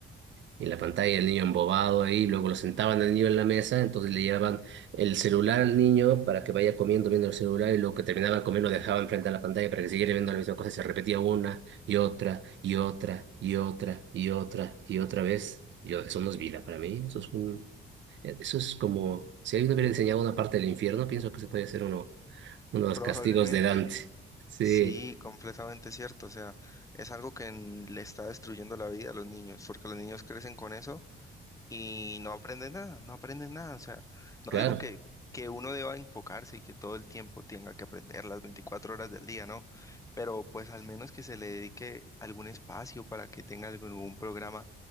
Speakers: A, on the right; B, on the left.
A: Y en la pantalla el niño embobado ahí, luego lo sentaban al niño en la mesa, entonces le llevaban el celular al niño para que vaya comiendo, viendo el celular, y luego que terminaba de comer lo dejaban frente a la pantalla para que siguiera viendo la misma cosa, y se repetía una y otra y otra y otra y otra y otra vez. Yo, eso no es vida para mí, eso es un, eso es como, si alguien hubiera enseñado una parte del infierno, pienso que se puede hacer uno, uno de los
B: Probablemente.
A: castigos de Dante. Sí,
B: Sí, completamente cierto. O sea, es algo que en- le está destruyendo la vida a los niños, porque los niños crecen con eso y no aprendes nada, no aprendes nada. O sea,
A: claro.
B: no digo que, que uno deba enfocarse y que todo el tiempo tenga que aprender las 24 horas del día, ¿no? Pero pues al menos que se le dedique algún espacio para que tenga algún, algún programa